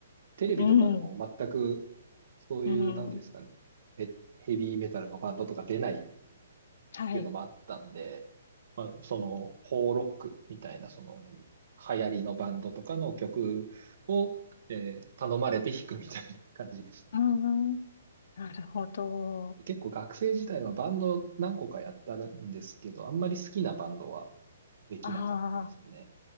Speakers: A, on the right; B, on the left.
A: テレビとかでも全くそういう、
B: うん、うん、
A: なんていうんですかね。えヘビーメタルのバンドとか出ないっ
B: はい。
A: ていうのもあったんで、まあ、その、ホーロックみたいな、その、流行りのバンドとかの曲を、えー頼まれて弾くみたいな感じでした。
B: うん、なるほど。
A: で結構学生時代はバンド何個かやったんですけど、あんまり好きなバンドはできなかったですね。
B: あ